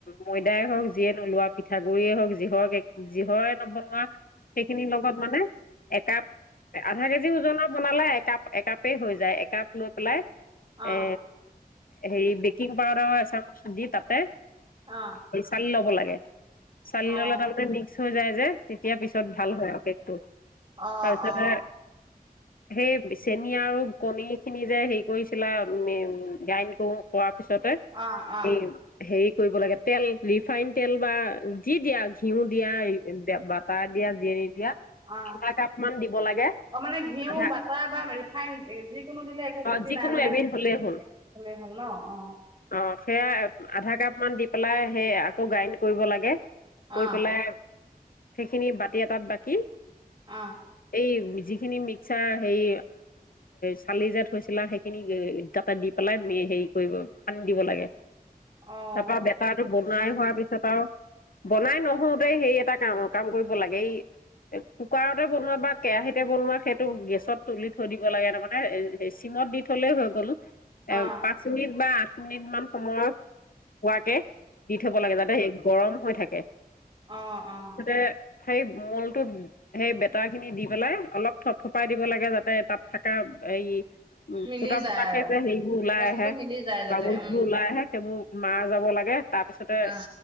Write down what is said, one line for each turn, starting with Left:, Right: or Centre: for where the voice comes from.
Left: ময়দাই হওক যিয়ে নোলোৱা পিঠাগুড়িয়েই হওক যি হওক- যিহয় - বনোৱা সেইখিনিৰ লগত মানে একাপ- আধা কেজি ওজনৰ বনালে একাপ একাপেই হৈ যায় একাপ লৈ পেলাই-
Right: অ', অ',
Left: এ হেৰি বেকিং- পাউদাৰ এচাম দি তাতে
Right: অ',
Left: এই চালি লব - লাগে। চালি
Right: অ',
Left: ললে - মিক্স হৈ যায় যে তেতিয়া পিছত ভাল হয় আৰু কেকটো
Right: অ',
Left: তাৰপিছতে- সেই চেন আৰু কণী খিনি যে হেৰি কৰিছিলা উম গ্ৰাইণ্ড কৰো- কৰাৰ পিছতে
Right: অ',
Left: এই হেৰি- কৰিব লাগে তেল ৰিফাইন তেল বা যি দিয়া- ঘিউ দিয়া বাটাৰ দিয়া নিদিয়া
Right: অ',
Left: আধা কাপ মান দিব লাগে
Right: মানে ঘিউ
Left: আধা
Right: বাটাৰ বা ৰিফাইন যিকোনো দিলে একো ক্ষতি
Left: অ যিকোনো
Right: নাই মানে
Left: এবিধ হলেই হ'ল
Right: হ'লেই হ'ল ন অ',
Left: অ। সেয়া আধা কাপ মান দি পেলাই সেই আকৌ গ্ৰাইণ্ড কৰিব লাগে। গৈ
Right: অ',
Left: পেলাই- সেইখিনি বাতি এটাত বাকী-
Right: অ',
Left: এই- যিখিনি মিক্সাৰ হেৰি চালি যোত হৈছিলা সেইখিনি তাতে দি পেলাই হেৰি কৰিব সান্ি দিব লাগে
Right: অ'।
Left: তাৰপা বেেতটো বনাই হোৱাৰ পিছত আৰু বনাই নহোওতে সেই এটা কাম কাম কৰিব লাগে এই কুকাৰতে বনোৱা বা কেৰাহিতে বনোৱা সেইটো গেছত তুলি থৈ দিব লাগে তাৰমানে চিমত দি থলেই হৈ গ'ল
Right: অ',
Left: পাঁচ মিনিট বা আঠ পচ মিনিট মান সময় হোৱাকে দি থ'ব লাগে যাতে গৰম হৈৈ থাকে
Right: আহ আহ
Left: তাতে সেই মূলটো সেই বেেত খিনি দি পেলাই অলপ থপথপাই দিব লাগে যাতে তাত থকা এই উ
Right: মিলি
Left: ফুটা
Right: যায়
Left: পুতাকে
Right: আৰু
Left: যে হেৰিবোৰ ওলাই
Right: বস্তুটো
Left: আহে
Right: মিলি যায় যাতে
Left: গাগলবোৰ
Right: উম
Left: ওলাই আহে সেইবোৰ মাৰ যাব লাগে তাৰ পিছতে
Right: আহ